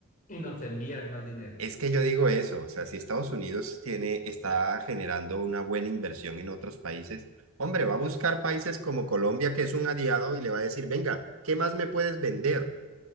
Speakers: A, on the left; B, on the right.
A: y nos envían más dinero.
B: Es que yo digo eso, o sea, si Estados Unidos tiene, está generando una buena inversión en otros países, hombre, va a buscar países como Colombia, que es un aliado, y le va a decir, venga, ¿qué más me puedes vender?